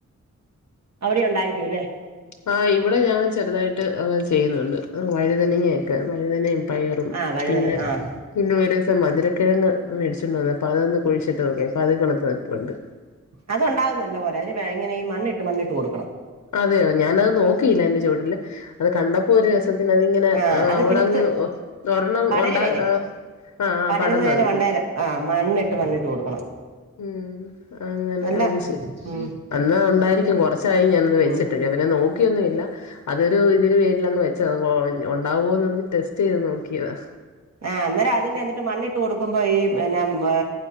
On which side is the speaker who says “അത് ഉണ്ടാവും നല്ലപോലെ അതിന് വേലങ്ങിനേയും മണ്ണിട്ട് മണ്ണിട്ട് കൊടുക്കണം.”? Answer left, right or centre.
Right